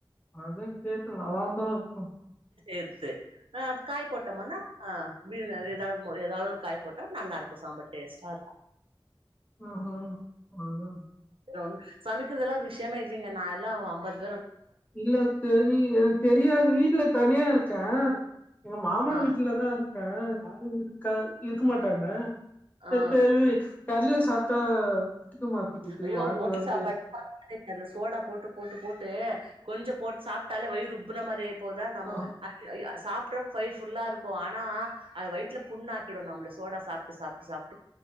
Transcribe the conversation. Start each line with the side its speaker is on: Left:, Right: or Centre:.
Left: அதே கேத்து நல்லாதா இக்கூ
Right: எடுத்து ஆ காய் போட்டமன்னா ஆ பீன் எதாவ மொ எதாவுது ஒரு காய் போட்டா நல்லாருக்கு சாம்பார் டேஸ்ட்டாருக்கு
Left: அஹ அதா
Right: கும் சமைக்கிறதுலா ஒரு விஷ்யமே இல்லைங்க நாலா அம்பது
Left: இல்ல தெரில தெரியாது வீட்டுல தனியா இருக்கே எங்க மாமா
Right: ஆ
Left: வீட்டுலதா இருக்கா <unintelligible> க இருக்க மாட்டாங்க
Right: ஆ
Left: <unintelligible> கடைல சாப்ட்டா ஒட்டுக்க மாட்டிக்குது
Right: ஐயோ
Left: வாந்தி
Right: ஓட்டல்
Left: வாந்தியா
Right: சாப்பாடு சாப்பாட்டுல சோடா போட்டு போட்டு போட்டு கொஞ்சோ போட்டு சாப்ட்டாலே வயிறு உப்புன மாரி ஆயி போதா நம்ம
Left: ஆ
Right: அ அ அ சாப்டறப்ப வயிறு ஃபுல்லா இருக்கு ஆனா அது வயித்துல புண்ணாக்கிடு நம்மல சோடா சாப்ட்டு சாப்ட்டு சாப்ட்டு